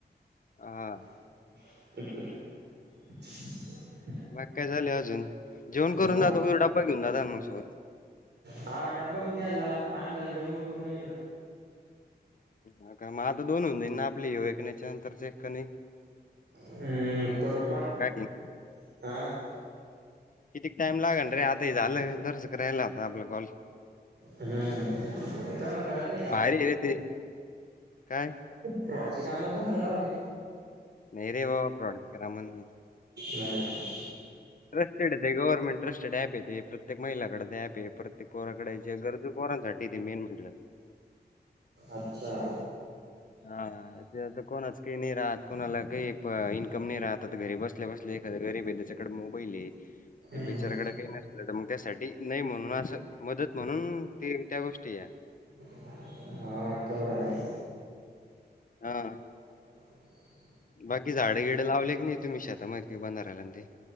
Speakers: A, on the left; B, on the right.
A: हा.
B: <unintelligible>
A: बाकी काय चाललं अजून जेवण करून
B: बा-
A: जातो की डब्बा घेऊन जातो मग सोबत?
B: हा डब्बा बी न्याला आणला आणि जेवण बी करून ये ईल ना.
A: हा का मग आता दोन होऊन जाईन ना आपली येऊ एक याच्यानंतरच एक क नाही?
B: हम्म पर पाठव,
A: की.
B: अं?
A: कितीक टाइम लागल रे आता झालं तरसक रायला आता आपला कॉल.
B: हम्म, त्यांना कळत नाही का?
A: भारी आहे रे ते. काय?
B: फ्रॉडची कामच ना सग राहली.
A: नाही रे बाबा, प्रॉड‌ करामऽ
B: नाही ना.
A: <inaudible> ट्रस्टेड ते गव्हर्मेंट ट्रस्टेड ऍप य ते, प्रत्येक महिलाकडं एप य, प्रत्येक पोराकडे जे गरजु पोरांसाठी ते मेन म्हटलं तर.
B: अच्छा.
A: हा ते आता कोणाच काही नाही राहत, कोणाला काही इन्कम नाही राहत, आता घरी बसत बसल्या बसल्या एखाद गरीब आहे त्याच्याकडे मोबाईल आहे ते
B: हम्म
A: बिचाराकडे काही नसल तर मग त्यासाठी नाही म्हणून असं मदत म्हणून ते, त्या गोष्टी या.
B: हा, तेवढं हाय.
A: हा.
B: <inaudible>
A: बाकी झाडं गिडं लावले की नाही, तुम्ही शेता मधे बंधा रायला न ते?